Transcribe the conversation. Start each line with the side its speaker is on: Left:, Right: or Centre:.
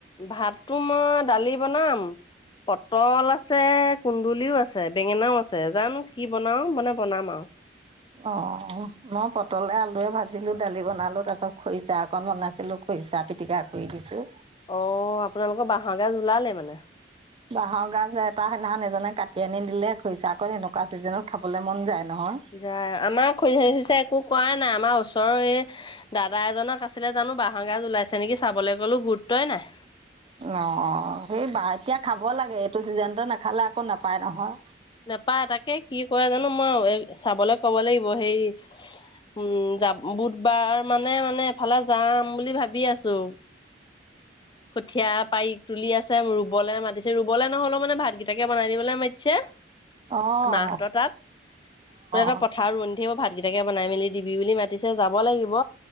Left: ভাতটো মই দালি বনাম পটল আছে কুন্দুলিও আছে বেঙেনাও আছে জানো কি বনাও মানে বনাম আৰু।
Right: অ মই পটলে আলুৱে ভাজিলো দালি বনালো তাৰ পাছত খৰিচা অকন বনাইছিলো। খইচা পিটিকা কৰি দিছোঁ।
Left: অ আপোনালোকৰ বাঁহৰগাজ ওলালে মানে
Right: বাঁহৰ গাজ এটা সেইদিনাখন এজনে কাটি আনি দিলে খৰিচাক এনেকুৱা ছিজনত খাবলৈ মন যায় নহয়।
Left: যায় আমাৰ খৰিচা চৰিচা একো কৰা নাই আমাৰ ওচৰৰ এই। দাদা এজনক আছিলে জানো বাঁহৰ গাজ ওলাইছে নেকি চাবলৈ কলো গুৰুত্বই নাই।
Right: অ অ সেই বা এতিয়া খাব লাগে এইটো চিজনতে নাখালে আকৌ নাপায় নহয়।
Left: নেপায় তাকে কি কৰে জানো মই চাবলৈ কব লাগিব হেই। উম যাম বুধবাৰ মানে মানে এফালে যাম বুলি ভাবি আছো। কঠীয়া পাৰি তুলি আছে ৰুবলৈ মাতিছে ৰুবলৈ নহলেও মানে ভাতকেইটাকে বনাই দিবলৈ মাতিছে।
Right: অঁ অঁ
Left: মাহঁতৰ তাত <unintelligible>
Right: অঁ
Left: পথাৰত ৰুৱণি থাকিব ভাত। ভাত গেইটাকে বনাই মেলি দিবি বুলি মাতিছে যাব লাগিব